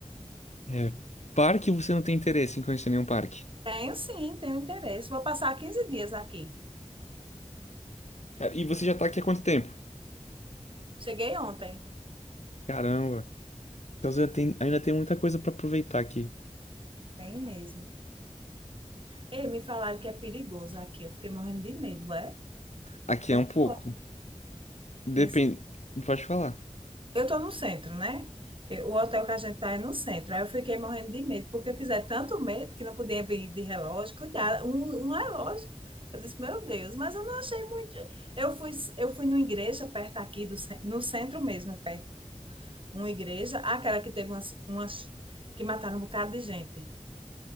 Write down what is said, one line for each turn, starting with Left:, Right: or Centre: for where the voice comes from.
Left: É, parque você não tem interesse em conhecer nenhum parque.
Right: Tenho sim, tenho interesse. Vou passar 15 dias aqui.
Left: Cara, e você já tá aqui há quanto tempo?
Right: Cheguei ontem.
Left: Caramba. Então você já tem, ainda tem muita coisa pra aproveitar aqui.
Right: Tem mesmo. Ei, me falaram que é perigoso aqui. Eu fiquei morrendo de medo, é? O
Left: Aqui
Right: que
Left: é
Right: é
Left: um
Right: que
Left: pouco.
Right: tu-
Left: Depende.
Right: nesse-
Left: Pode falar.
Right: Eu tô no centro, né? Eu- O hotel que a gente tá é no centro. Aí eu fiquei morrendo de medo, porque fizeram tanto medo que não podia vir de relógio. Cuidado, um, um relógio. Eu disse, meu Deus, mas eu não achei muito. Eu fui, eu fui numa igreja perto aqui, do, cen- no centro mesmo, perto. Uma igreja, aquela que teve umas, umas que mataram um bocado de gente